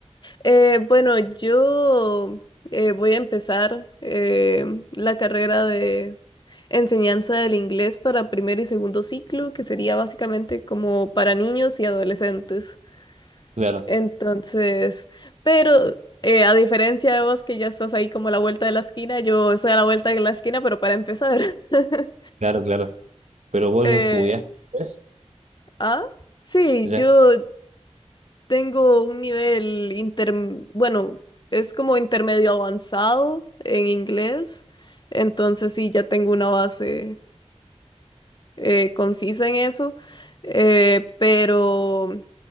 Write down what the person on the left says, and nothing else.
Eh, bueno, yo eh, voy a empezar eh, la carrera de enseñanza del inglés para primer y segundo ciclo, que sería básicamente como para niños y adolescentes.
Entonces, pero eh, a diferencia de vos que ya estás ahí como a la vuelta de la esquina, yo estoy a la vuelta de la esquina, pero para empezar. <laughs>
Eh,
ah, sí,
yo Tengo un nivel inter, bueno, es como intermedio avanzado en inglés, entonces sí, ya tengo una base eh, concisa en eso, eh, pero